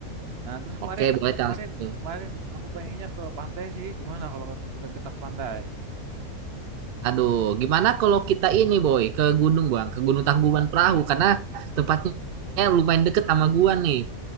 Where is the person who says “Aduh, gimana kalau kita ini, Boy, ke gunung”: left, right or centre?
Right